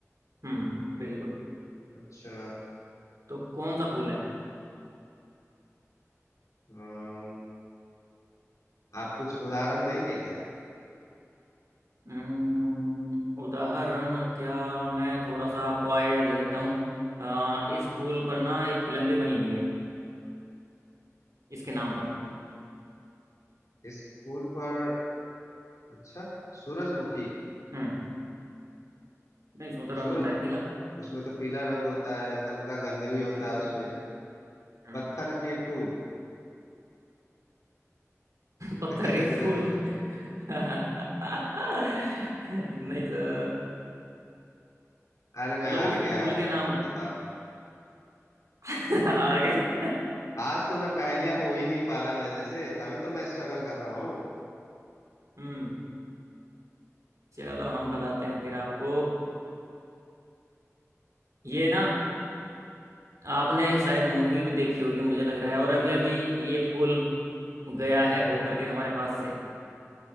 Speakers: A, on the right (about 75°); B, on the left (about 80°).
A: हम्म बिल्कुल
B: अच्छा
A: तो कौन सा फूल है
B: अम, आप कुछ उदाहरण देंगे क्या
A: हम्म, उदाहरण क्या मैं थोड़ा सा आपको आइडिया दे देता हूँ अ, इस फूल पर ना एक फिल्म भी बनी हुई है इसके नाम पर
B: इस फूल पर अच्छा सूरजमुखी
A: हम्म नहीं उसमें तो रंग
B: सूरज
A: होता है पीला
B: उसमें तो पीला रंग होता है हल्का गंध भी होता
A: बिल्कुल
B: है उसमें
A: हम्म
B: पत्थर के फूल <laughs>
A: पत्थर के फूल <laughs> नहीं सर
B: अरे मैं
A: मतलब
B: हार
A: उस
B: गया
A: फूल
B: है
A: के नाम
B: बता
A: <laughs> हार गए
B: आज तो मैं पहेलियां हो ही नहीं पा रहा मेरे से तभी तो मैं स्ट्रगल कर रहा हूँ
A: हम्म चलो हम बताते हैं फिर आपको ये ना आपने शायद मूवी भी देखी होगी मुझे लग रहा है और अभी अभी ये फूल गया है हो करके हमारे पास से